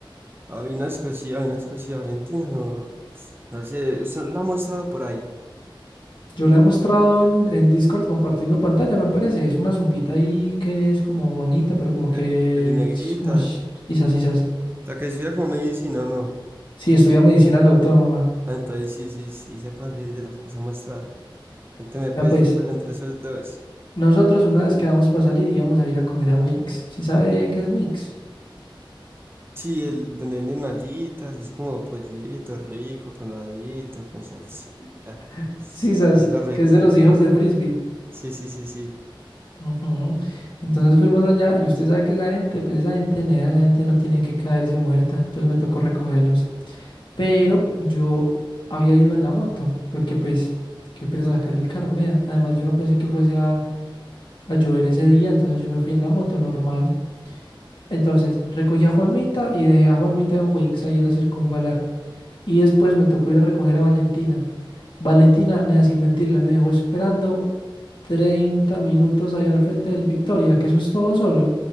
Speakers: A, on the right (about 25°); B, on the left (about 65°).
A: Hay una cosillas, hay una cosillas, Valentina, no, no sé, usted la ha mostrado por ahí,
B: Yo la he mostrado en, en Discord compartiendo pantalla, me parece. Es una zunguita ahí que es como bonita, pero como que...
A: eh, peli negrita,
B: es Como... sh- Sisas, sisas.
A: la que estudia como medicina, ¿o no?
B: Sí, estudia medicina en la autónoma.
A: Ah, entonces sí, sí, sí, sé cuál es de las que se ha mostrado. Cuénteme, pues,
B: Ya pues,
A: qué pasa entre esos dos.
B: nosotros una vez quedamos para salir íbamos a ir a comer a Winx. ¿Sí sabe qué es Winx?
A: Sí, el donde venden alitas, así como pollito rico, panadito, con salsita,
B: <laughs> Sisas,
A: pollito rico,
B: que es de los
A: rico.
B: hijos de Frisbee.
A: Sí, sí, sí, sí.
B: Ujú. Entonces fuimos allá y usted sabe que esa gente, pues esa gente, nea, esa gente no tiene que caerse muerta, entonces me tocó recogerlos. Pero yo había ido en la moto, porque pues, qué pereza sacar el carro, nea. Además yo no pensé que fuese a, a llover ese día, entonces yo me fui en la moto normal. Entonces recogí a Juanmita y dejé a Juanmita en Wings ahí en la circunvalar. Y después me tocó ir a recoger a Valentina. Valentina, nea, sin mentirle, me dejó esperando 30 minutos allá al frente del Victoria, que eso es todo solo.